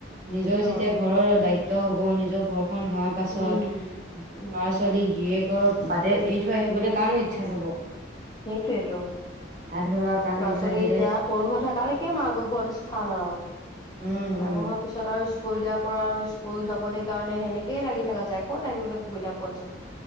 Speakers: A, on the right; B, on the left.
A: নিজৰ
B: অ
A: যেতিয়া ঘৰৰ দায়িত্ব হ'ব, নিজৰ ঘৰখন হোৱাৰ পাছত
B: উম
A: ল'ৰা
B: উম
A: ছোৱালী গিৰেকৰ বাদে, এৰি থৈ আহিবলৈ কাৰণো ইচ্ছা যাব?
B: সেইটোয়েটো,
A: আধৰুৱা কাম
B: ল'ৰা
A: এৰি থৈ
B: ছোৱালী
A: আহিলে
B: এতিয়া সৰু হৈ থকালৈকে মাকৰ ঘৰত স্থান আৰু।
A: উম।
B: ডাঙৰ
A: উম
B: হোৱাৰ পিছত আৰু স্কুল দিয়াৰ পৰা আৰু স্কুল যাবলৈ কাৰণে সেনেকে লাগি থকা যায়, ক'ত আহিবলৈ সুবিধা পোৱা যায়।